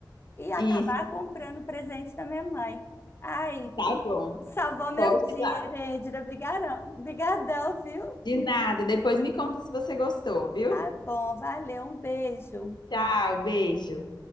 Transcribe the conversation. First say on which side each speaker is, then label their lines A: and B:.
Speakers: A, on the left; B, on the left.
A: e acabar
B: Isso,
A: comprando o presente da minha mãe. Ai,
B: tá bom.
A: salvou meu
B: Pode
A: dia,
B: ir lá.
A: Herêndira. Obrigadão, obrigadão, viu?
B: De nada. Depois me conta se você gostou, viu?
A: Tá bom, valeu, um beijo.
B: Tchau, beijo.